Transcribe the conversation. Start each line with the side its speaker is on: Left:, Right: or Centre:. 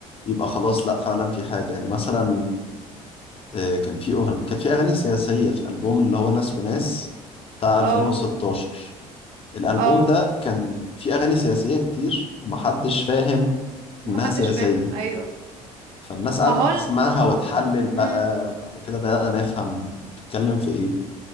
Left: يبقى خلاص لا فعلا في حاجة يعني مثلا آه، كان في أغنية كان في أغاني سياسية في ألبوم اللي هو ناس وناس بتاع
Right: اه
Left: 2016 الألبوم
Right: اه
Left: ده كان في أغاني سياسية كتير ومحدش فاهم
Right: محدش
Left: إنها سياسية
Right: فاهم ايوه
Left: فالناس
Right: ما
Left: قعدت
Right: هو ال-
Left: تسمعها وتحلل بقى
Right: امم
Left: وبعد كده بدأنا نفهم تتكلم في إيه